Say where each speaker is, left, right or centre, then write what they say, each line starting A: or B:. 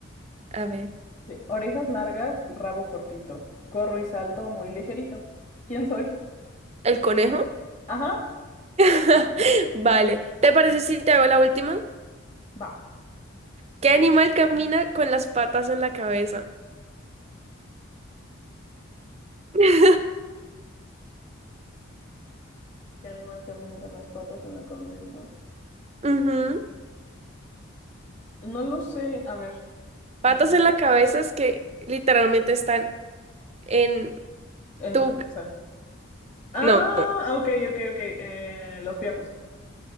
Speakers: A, on the right; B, on the left.
A: A ver,
B: De orejas largas, rabo cortito. Corro y salto muy ligerito. ¿Quién soy?
A: ¿el conejo?
B: Ajá,
A: <laughs> Vale. ¿Te parece si te hago la última?
B: va.
A: ¿Qué animal camina con las patas en la cabeza? <laughs>
B: ¿Qué animal camina con las patas en la cabeza.
A: Ujú.
B: No lo sé. A ver.
A: Patas
B: ah,
A: en la cabeza es que literalmente están en
B: En
A: tu...
B: su cabeza. Ah,
A: No.
B: ok, ok, ok. eh, los piojos.